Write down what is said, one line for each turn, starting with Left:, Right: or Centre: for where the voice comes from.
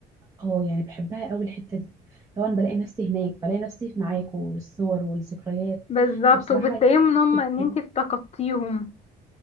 Right: اه يعني بحبها قوي الحته دي لو انا بلاقي نفسي هناك بلاقي نفسي معاكم والصور والذكريات
Left: بالظبط
Right: بصراحه
Left: وبتلاقيهم
Right: يعني
Left: ان هم
Right: بتسعدني
Left: ان انتي افتقدتيهم